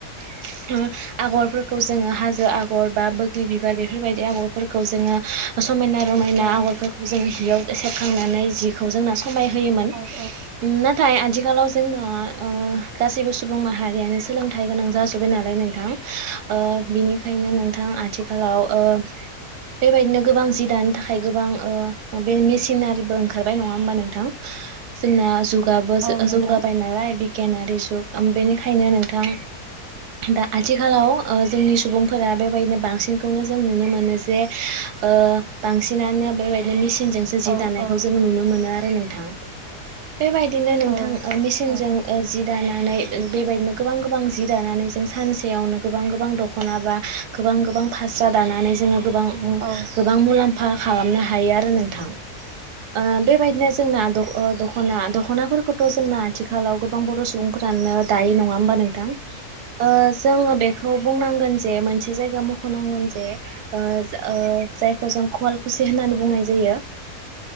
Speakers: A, on the right; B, on the right.
A: <unintelligible> आगरफोरखौ जोङो हाजो आ- गर बा बोग्रि बिबार बेफोरबायदि आगरफोरखौ जोङो समायना रमायना
B: औ
A: आगरफोरखौ जोङो जियाव सेबखांनानै जिखौ जोंना समाय होयोमोन
B: औ
A: हम
B: औ
A: ना- नाथाय आथिखालाव जोंना अ गासैबो सुबुं माहारियानो सोलोंथाइ गोनां जाजोबबाय नालाय नोंथां अ बिनिखायनो नोंथां आथिखालाव अ बेबायदिनो गोबां जि दानो थाखाय गोबां अ माबे मेसिनारिबो ओंखारबाय नंङा होमबा नोंथां जोंना जुगाबो
B: औ नोंथां
A: जौगाबाय नालाय बिगियानारि जुग बेनिखायनो नोंथां दा आथिखालाव अ जोंनि सुबुं फोरा बेबायदिनो बांसिनखौनो जों नुनो मोनो जे ओ बांसिनानो बेबायदिनो मिसिन थिनजोंसो जि
B: औ
A: दानायखौ
B: औ
A: जोंङो नुनो मोनो आरो नोंथां बेबायदिनो नोंथां
B: औ
A: ओ मिसिनजों
B: औ
A: ओ जि दानानै बेबायदिनो गोबां गोबां जि दानानै जों सानसेयावनो गोबां गोबां दख'ना बा गोबां गोबां फास्रा दानानै जोंङो गोबां
B: औ
A: गोबां मुलाम्फा खालामनो हायो आरो नोंथां। अ बेबायदिनो जोंना दख'ना दख'नाफोरखौथ' जोंना आथिखालाव गोबां बर' सुबुंफोरा साननो दायो नंङा होमबा नोंथां? ओ जोंङो बेखौ बुंनांगोन जे मोनसे जायगा मख'नांगोन जे ओ जायखौ जों खवल खुसि होननानै बुंनाय जायो।